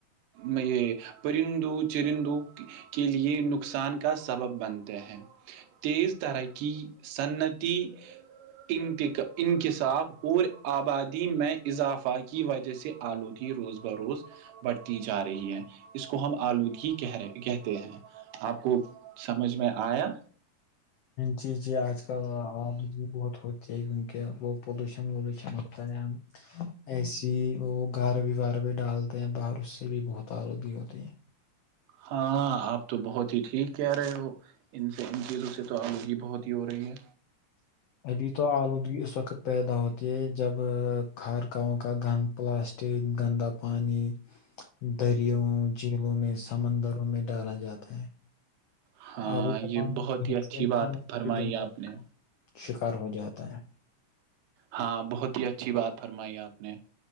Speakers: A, on the right (about 80°); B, on the left (about 90°).
A: میں یہ پرندو چرندو کے لیے نقصان کا سبب بنتے ہیں تیز ترقی صنتی ان انکشاف اور آبادی میں اضافہ کی وجہ سے آلودگی روز ب روز بڑھتی جا رہی ہے اس کو ہم آلودگی کہ رہے کہتے ہیں آپ کو سمجھ میں آیا
B: جی جی آج کل آواد بھی بہت ہوتی کیونکہ وہ پولوشن وولوشن ہوتا ہے ہم ایسی ہی وہ گار بھی وار بھی ڈالتے ہیں باہر اس سے بھی بہت آلودگی ہوتی ہے
A: ہاں آپ تو بہت ہی ٹھیک کہہ رہے ہو ان سے ان چیزوں سے تو آلودگی بہت ہی ہو رہی ہے
B: ابھی تو آلودگی اس وقت پیدا ہوتی ہے جب خارکاوں کا گند پلاسٹک گندا پانی دروں جھیلوں میں سمندروں میں ڈالا جاتا ہے
A: ہاں
B: آلودہ
A: یہ
B: پانی
A: بہت
B: پینے
A: ہی اچھی
B: سے انسان
A: بات
B: کی
A: فرمائی
B: بیماری
A: آپ نے
B: کا شکار ہو جاتا ہے
A: ہاں بہت ہی اچھی بات فرمائی آپ نے